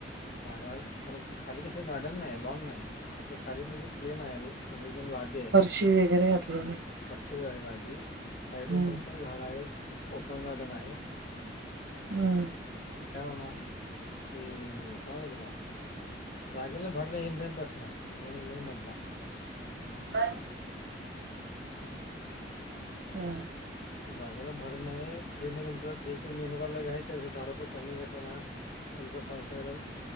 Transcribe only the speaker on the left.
हा गार्ड पण खाली कसं गार्डन नाही लॉन नाही, आपलं खाली म्हणजे प्लेन आहे. म्हणजे एकदम लादीे आहे.
फरशी <unintelligible> आधी साईडहून
भरपूर झाड आहेत, ओपन गार्डन आहे.
पण काय होणार, कि काय म्हणतात त्याला
जागेला भाडं नाही हे मेन प्रश्न आहे, मेन मेन मुद्दा.
जागेला भाडं नाही फ्री मधे तुमं जे जे मेन्यू काढला जे आहे त्यापेक्षा दहा रुपये कमी घेतला ना. तुमच फंक्शन एकदम